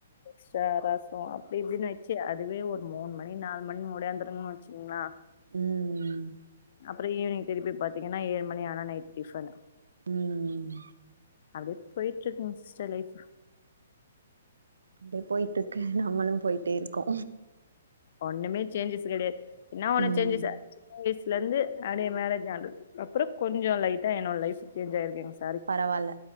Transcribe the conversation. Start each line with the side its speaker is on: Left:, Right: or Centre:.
Left: எக்ஸ்ட்ரா ரசோ அப்டி இப்டின்னு வச்சு அதுவே ஒரு மூனு மணி நாலு மணி முடியாந்துருங்கன்னு வச்சுங்களா
Right: ம் ம்
Left: அப்றோ ஈவினிங் திருப்பி பாத்தீங்கன்னா ஏழு மணி ஆன நைட் டிஃபன்னு
Right: ம் ம்
Left: அப்டியே போயிட்டு இருக்குங்க சிஸ்டர் லைஃப்
Right: அப்டி போயிட்டுருக்கு நாம்மளு போயிட்டேருக்கோ
Left: ஒன்னுமே சேஞ்சஸ் கெடையாது என்னா ஒன்னு
Right: ம்
Left: சேஞ்சஸ் சின்ன வயசலந்து அப்டியே மேரேஜ் ஆனது அப்புறோ கொஞ்சோ லைட்டா என்னோட லைஃப் சேஞ்ச்சாயிருக்கு ஸ்
Right: பரவால்ல